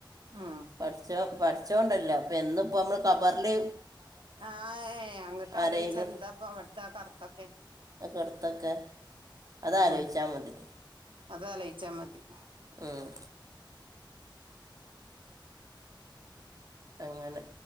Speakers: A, on the right (about 80°); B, on the right (about 45°).
A: ഉം
B: പഠചൊം പഠചൊംണ്ടല്ലോ പ്പോ എന്നുപ്പം അമ്മൾ കബറ്‌ല്
A: ആഹ അങ്ങട്ട്ആലോയിച്ചാ
B: ആരെങ്കിലും
A: എന്താപ്പൊ അവിടുത്തെ കടുത്തൊക്കെ
B: ഒക്കെ അടുത്തൊക്കെ അത് ആലോചിച്ചാൽ
A: ഹും
B: മതി
A: അതാലോയിച്ചാ മതി
B: ഉം.. അങ്ങനെ